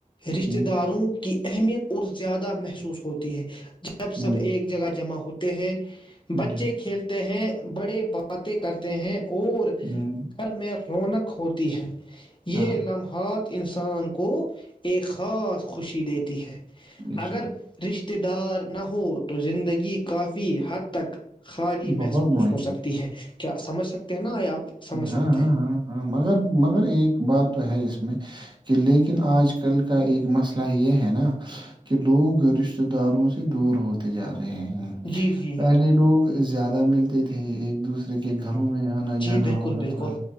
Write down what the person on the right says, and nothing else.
ہوں،
ہوں،
جی
ہوں،
ہاں
بے
شک
بہت
معین
ہاں ہاں
ہاں ہاں مگر مگر ایک بات تو ہے میں کہ لیکن آج کل کا ایک مسئلہ یہ ہے نا کہ لوگ رشتے داروں سے دور ہوتے جا رہے ہیں
پہلے لوگ زیادہ ملتے تھے ایک دوسرے کے گھروں میں آنا
جانا
ہوتا
تھا